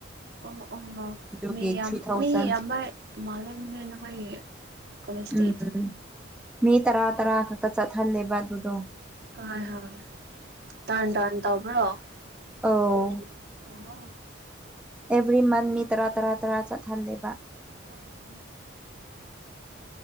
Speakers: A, on the right; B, in the centre.
A: ꯑꯣ ꯑꯣ ꯑꯣ
B: ꯑꯗꯨꯒꯤ
A: ꯃꯤ ꯌꯥꯝ
B: ꯊ꯭ꯔꯤ ꯊꯥꯎꯖꯟ
A: ꯃꯤ ꯌꯥꯝꯕꯔ ꯃꯥꯂꯦꯅꯦ ꯅꯈꯣꯏꯒꯤ ꯀꯣꯂꯦꯖꯇꯤ
B: ꯎꯝ ꯃꯤ ꯇꯔꯥ ꯇꯔꯥ ꯈꯛꯇ ꯆꯠꯍꯜꯂꯦꯕ ꯑꯗꯨꯗꯣ
A: ꯍꯣꯏ ꯍꯣꯏ ꯇꯥꯟ ꯇꯥꯟ ꯇꯧꯕ꯭ꯔꯣ
B: ꯑꯧ
A: ꯑꯩꯒꯤ ꯑꯍꯥ
B: ꯑꯦꯕ꯭ꯔꯤ ꯃꯟ ꯃꯤ ꯇꯔꯥ ꯇꯔꯥ ꯇꯔꯥ ꯆꯠꯍꯜꯂꯦꯕ
A: ꯎꯝ